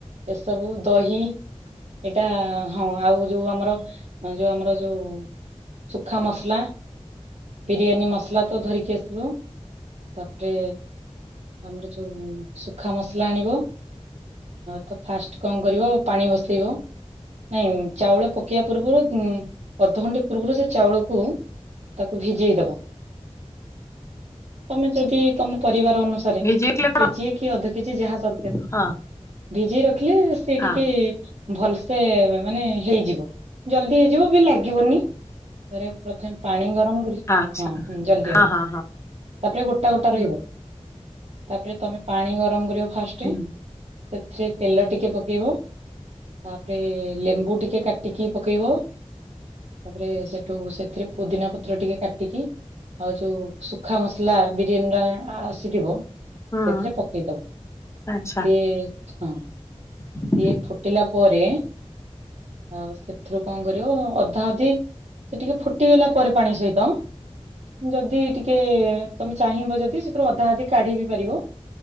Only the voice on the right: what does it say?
ଏସବୁ ଦହି ଏଇଟା ହଁ ଆଉ ଯୋଉ ଆମର ଯୋଉ ଆମର ଯୋଉ ସୁଖା ମସଲା, ବିରିୟାନୀ ମସଲା ତ ଧରିକି ଆସିବ। ତାପରେ ଆମର ଯୋଉଁ ଶୁଖା ମସଲା ଆଣିବ ତା ଫାଷ୍ଟ କଣ କରିବ ପାଣି ବସେଇବ ନାଇଁ ଚାଉଳ ପକେଇବା ପୂର୍ବରୁ ଅଧଘଣ୍ଟେ ପୂର୍ବରୁ ସେ ଚାଉଳକୁ ତାକୁ ଭିଜେଇ ଦବ। ତମେ ଯଦି ତମ ପରିବାର ଅନ କରେକ୍ଟ,
କେଜି ଏ କି ଅଧକେଜି ଯାହା ଦରକାର
ଭିଜେଇ ରଖିଲେ ସେ
ଟିକେ ଭଲସେ ମାନେ ହେଇଯିବ ଜଲଦି ହେଇଯିବ ବି ଲାଗିବନି। ରେ ପ୍ରଥମେ ପାଣି ଗରମ କରି
ହଁଁ ଜଲଦି
ହବ।
ତାପରେ ଗୋଟା ଗୋଟା
ରହିବ। ତାପରେ ତମେ ପାଣି ଗରମ କରିବ ଫାଷ୍ଟରେ
ସେଥିରେ ତେଲ ଟିକେ ପକେଇବ। ତାପରେ ଲେମ୍ବୁ ଟିକେ କାଟିକି ପକେଇବ। ତାପରେ ସେଠୁ ସେଥିରେ ପୋଦିନା ପତ୍ର ଟିକେ କାଟିକି ଆଉ ଯୋଉ ଶୁଖା ମସ ମସଲା ବିରିୟାନୀ ଟା ଆସିଥିବ
ସେଥିରେ ପକେଇଦବ
ସେ ହଁ।
ଇଏ ଫୁଟିଲା ପରେ ଆଉ ସେଥିରୁ କଣ କରିବ ଅଧା ଅଧି ସେ ଟିକେ ଫୁଟିଗଲା ପରେ ପାଣି ସହିତ ଯଦି ଟିକେ ତମେ ଚାହିଁବ ଯଦି ସେଥିରୁ ଅଧା ଅଧି କାଢି ବି ପାରିବ।